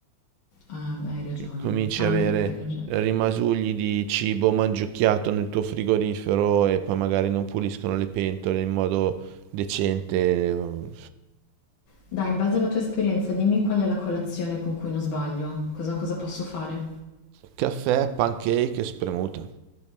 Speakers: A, on the left; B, on the right.
A: Ah, hai ragione.
B: Che cominci
A: Ah,
B: a avere
A: hai ragione.
B: rimasugli di cibo mangiucchiato nel tuo frigorifero e poi magari non puliscono le pentole in modo decente. um,
A: Dai, in base alla tua esperienza, dimmi qual è la colazione con cui non sbaglio. Cosa, cosa posso fare?
B: Caffè, pancake e spremuta.